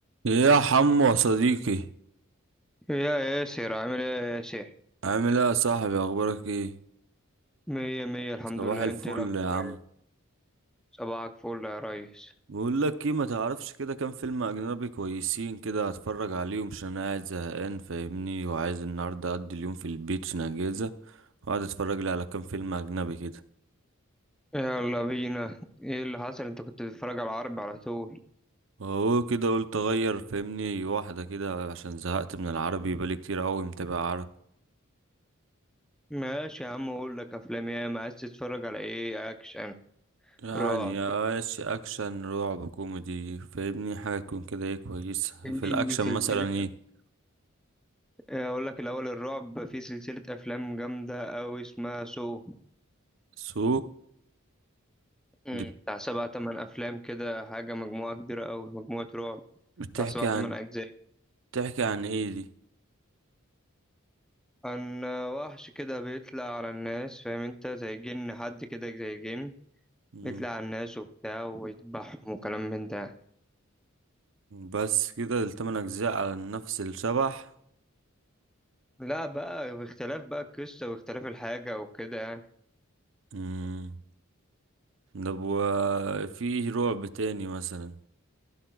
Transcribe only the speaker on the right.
يا حمو يا صديقي
عامل ايه يا صاحبي اخبارك ايه
صباح
الفل
يا عم
بقول لك ايه ما تعرفش كده كام فيلم اجنبي كويسين كده اتفرج عليهم عشان انا قاعد زهقان فاهمني وعايز النهارده اقضي اليوم في البيت عشان اجازه وقعد اتفرج لي على كام فيلم اجنبي كده
اهو كده قلت اغير فاهمني واحده كده عشان زهقت من العربي بقالي كتير قوي متابع عربي
يعني
يا ايش اكشن رعب كوميدي فاهمني حاجه تكون كده ايه كويسه
في الاكشن
مثلا ايه
سو
دي بت-
بتحكي
عن
بتحكي عن ايه دي
مم.
بس كده التمن اجزاء على نفس الشبح
مم. طب وفي رعب تاني مثلا